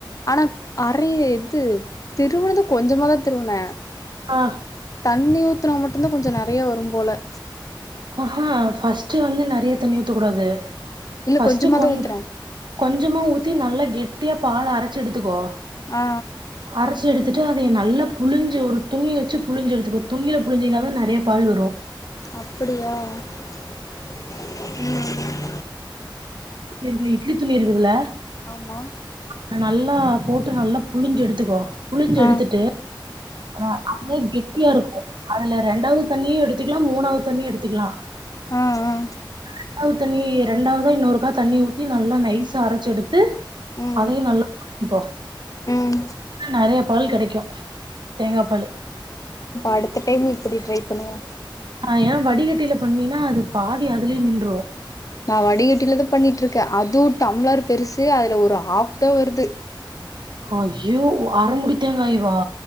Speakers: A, on the left; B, on the right.
A: ஆனா அரைய இது திருவினது கொஞ்சமாதா திருவுனே
B: ஆ
A: தண்ணி ஊத்துனா மட்டும்தான் கொஞ்ச நெறைய வரும் போல
B: ஹஹ்ஹா ஃபஸ்ட்டு வந்து நெறைய தண்ணி ஊத்தக் கூடாது
A: இல்ல
B: ஃபஸ்ட்டு
A: கொஞ்சமாதா
B: கொஞ்
A: ஊத்துனே
B: கொஞ்சமா ஊத்தி நல்லா கெட்டியா பால அரைச்சு எடுத்துக்கோ
A: ஆ
B: அரச்சு எடுத்துட்டு அதைய நல்லா புழிஞ்சு ஒரு துணிய வச்சு புழிஞ்சு எடுத்துக்கோ துணியில புழிஞ்சயினாதா நெறைய பால் வரு
A: அப்பிடியா ம் ம்
B: வீட்ல இட்லி துணி இருக்குதல்ல
A: ஆமா
B: அத நல்லா போட்டு நல்லா புழிஞ்சு எடுத்துக்கோ புழிஞ்சு
A: ஆ
B: எடுத்துட்டு ஆ அதுவே கெட்டியா இருக்கு அதுல ரெண்டாவது தண்ணியு எடுத்துக்கலா மூணாவது தண்ணியு எடுத்துக்கலா
A: ஆ ஆ
B: <unintelligible> ஆவது தண்ணி ரெண்டாவதா இன்னொருக்கா தண்ணி ஊத்தி நல்லா நைஸா அரச்சு எடுத்து
A: ம்
B: அதையு நல்லா புழிஞ்சுக்கோ <inaudible>
A: ம்
B: நெறைய பால் கெடைக்கு தேங்காப் பாலு
A: அப்ப அடுத்த டைம் இப்பிடி ட்ரை பண்ணுவோ
B: ஆ ஏன் வடிகட்டியில பண்ணின்னா அது பாதி அதுலயே நின்று
A: நா வடிகட்டிலதா பண்ணிட்ருக்கே அதுவு டம்ளர் பெருசு அதுல ஒரு ஹாஃப்தா வருது
B: ஐயோ அர மூடி தேங்காயவா